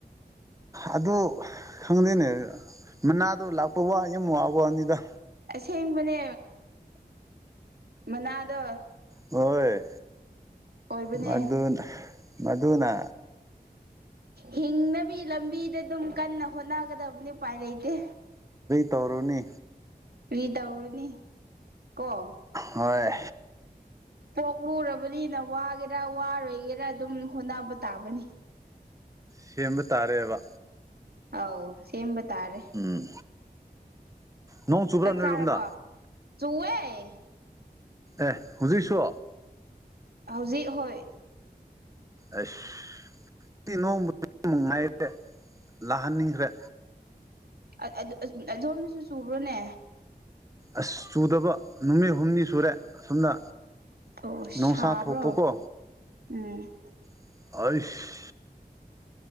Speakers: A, on the right; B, on the right.
A: ꯑꯗꯨ ꯈꯪꯗꯦꯅꯦ ꯃꯅꯥꯗꯣ ꯂꯥꯛꯄ ꯋꯥ ꯌꯥꯝ ꯋꯥꯕ ꯋꯥꯅꯤꯗ
B: ꯑꯁꯦꯡꯕꯅꯦ ꯃꯅꯥꯗꯣ
A: ꯍꯣꯏ
B: ꯑꯣꯏꯕꯅꯦ
A: ꯃꯗꯨꯅ ꯃꯗꯨꯨꯅꯥ
B: ꯍꯤꯡꯅꯕꯤ ꯂꯝꯕꯤꯗ ꯑꯗꯨꯝ ꯀꯟꯅ ꯍꯣꯠꯅꯒꯗꯕꯅꯤ ꯎꯄꯥꯏ ꯂꯩꯇꯦ
A: ꯇꫭꯔꯨꯅꯤ
B: ꯀꯔꯤ ꯇꯧꯔꯨꯅꯤ ꯀꯣ
A: ꯍꯣꯏ
B: ꯄꯣꯛꯂꯨꯔꯕꯅꯤꯅ ꯋꯥꯒꯦꯔꯥ ꯋꯥꯔꯣꯏꯒꯦꯔꯥ ꯑꯗꯨꯝ ꯍꯣꯠꯅꯕ ꯇꯥꯕꯅꯤ
A: ꯁꯦꯝꯕ ꯇꯥꯔꯦꯕ
B: ꯑꯥꯎ ꯁꯦꯕ ꯇꯥꯔꯦ
A: ꯎꯝ ꯅꯣꯡ ꯆꯨꯕ꯭ꯔꯥ
B: ꯆꯥꯛ
A: ꯅꯣꯏꯔꯣꯝꯗ
B: ꯆꯥꯔꯕꯣ ꯆꯨꯋꯦ꯫ ꯑꯦ
A: ꯑꯦ ꯍꯧꯖꯤꯛꯁꯨ꯫
B: ꯍꯧꯖꯤꯛ ꯍꯣꯏ
A: ꯑꯁ <unintelligible> ꯂꯥꯛ ꯍꯟ ꯅꯤꯡꯗ꯭ꯔꯦ꯫
B: ꯑꯠ ꯑꯠ ꯑꯗꯣꯝꯅꯁꯨ ꯆꯨꯝꯕ꯭ꯔꯣꯅꯦ꯫
A: ꯑꯁ ꯆꯨꯗꯕ ꯅꯨꯃꯤꯠ ꯍꯨꯝꯅꯤ ꯁꯨꯔꯦ꯫ ꯑꯁꯨꯝꯅ
B: ꯑꯣ ꯁꯥꯕ꯭ꯔꯣ
A: ꯅꯨꯡꯁꯥ ꯊꯣꯛꯄꯀꯣ꯫
B: ꯎꯝ꯫
A: ꯑꯩꯏꯁ꯫